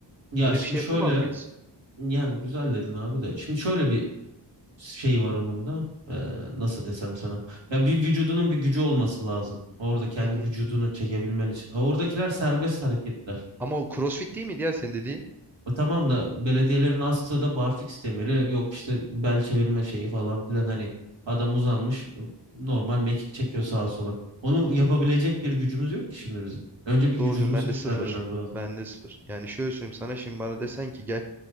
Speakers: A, on the right (about 75°); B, in the centre.
A: Ya
B: Öyle
A: şimdi
B: bir şey yapamaz
A: şöyle
B: mıyız?
A: Yani güzel dedin abi de. Şimdi şöyle bir şey var onun da. Ee, nasıl desem sana. Ya bir vücudunun bir gücü olması lazım. Orada kendi
B: Hı hı.
A: vücudunu çekebilmen için. Ha, Oradakiler serbest hareketler.
B: Ama o CrossFit değil miydi ya senin dediğin?
A: O tamam da belediyelerin astığı da barfiks demiri. Yok işte bel çevirme şeyi falan filan. Hani adam uzanmış e, normal mekik çekiyor sağa sola. Onu yapabilecek bir gücümüz yok ki şimdi bizim. Önce bir
B: Doğru
A: vücudumuzu
B: diyorsun ben
A: Evet.
B: de sıfır.
A: güçlendirmemiz lazım.
B: Ben de sıfır. Yani şöyle söyleyeyim sana şimdi bana desen ki gel